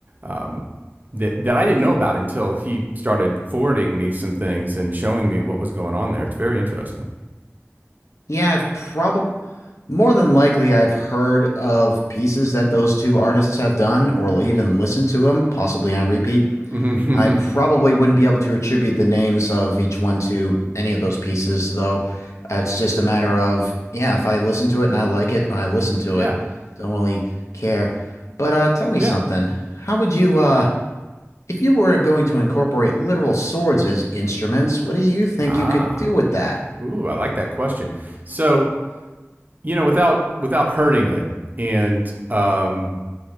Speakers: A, on the right (about 35°); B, on the left (about 80°).
A: Um, that, that I didn't know about until he started forwarding me some things and showing me what was going on there. It's very interesting.
B: Yeah, I've probably More than likely, I've heard of pieces that those two artists have done or even listened to them, possibly on repeat.
A: <laughs>
B: I probably wouldn't be able to attribute the names of each one to any of those pieces, though. It's just a matter of, yeah, if I listen to it and I like it, I listen to
A: yeah.
B: it. Don't really care. But uh, tell me
A: Yeah.
B: something. How would you, uh, if you were going to incorporate literal swords as instruments, what do you think
A: Ah.
B: you could do with that?
A: Ooh, I like that question. So you know, without without hurting it and um,